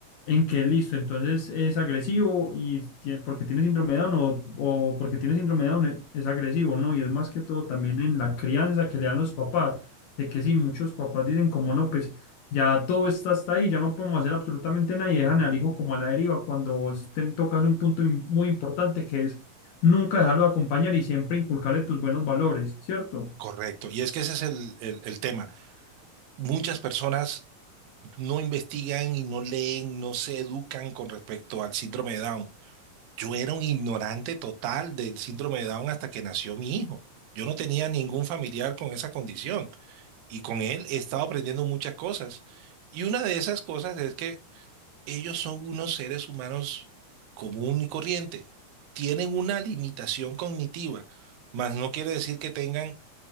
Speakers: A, on the left (about 80°); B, on the right (about 85°).
A: en que listo, entonces es agresivo y tie- porque tiene síndrome de Down o, o porque tiene síndrome de Down e- es agresivo, ¿no? Y es más que todo también en la crianza que le dan los papás, de que sí, muchos papás dicen como no, pues ya todo está hasta ahí, ya no podemos hacer absolutamente nada y dejan al hijo como a la deriva cuando vos te tocas un punto im- muy importante que es Nunca dejarlo de acompañar y siempre inculcarle tus buenos valores, ¿cierto?
B: Correcto. Y es que ese es el, el- el tema. Muchas personas no investigan y no leen, no se educan con respecto al síndrome de Down. Yo era un ignorante total del síndrome de Down hasta que nació mi hijo. Yo no tenía ningún familiar con esa condición y con él he estado aprendiendo muchas cosas. Y una de esas cosas es que ellos son unos seres humanos común y corriente. Tienen una limitación cognitiva, mas no quiere decir que tengan